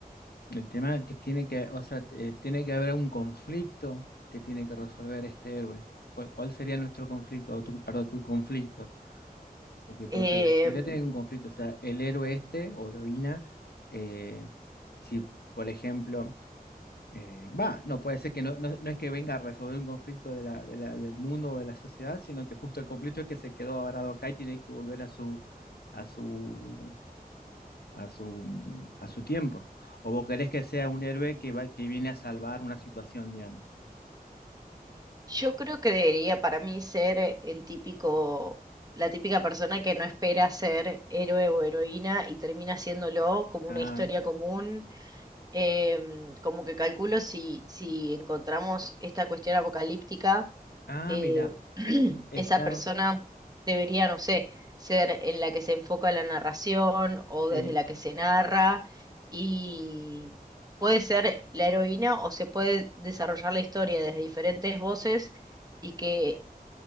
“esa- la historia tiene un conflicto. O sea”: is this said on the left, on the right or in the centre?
Left